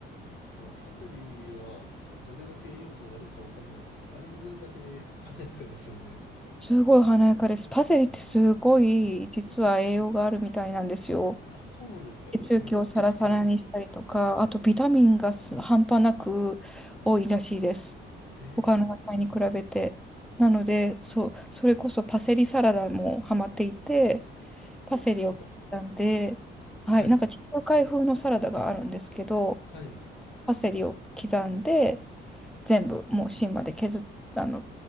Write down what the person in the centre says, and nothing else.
すごい華やかです。パセリってすごい実は栄養があるみたいなんですよ。
血液をサラサラにしたりとか、
あとビタミンがす半端なく多いらしいです。
他の野菜に比べて。
なので、そう、それこそパセリサラダもハマっていて、
パセリを切ったんで、はい、
なんか地中海風のサラダがあるんですけど、
パセリを刻んで、全部もう芯まで削っあの、